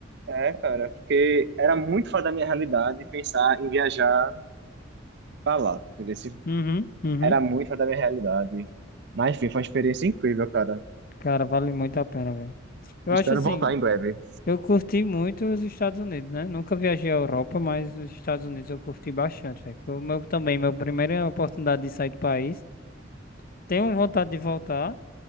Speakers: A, on the right (about 60°); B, on the left (about 45°).
A: É, cara, porque era muito fora da minha realidade pensar em viajar pra lá, entendeu?
B: Uhum, uhum.
A: Era muito fora da minha realidade. Mas, enfim, foi uma experiência incrível, cara.
B: Cara, vale muito a pena, velho. Eu
A: Espero
B: acho assim,
A: voltar em breve.
B: eu curti muito os Estados Unidos, né? Nunca viajei à Europa, mas os Estados Unidos eu curti bastante, velho. Foi o meu também, minha primeira oportunidade de sair do país. Tenho vontade de voltar,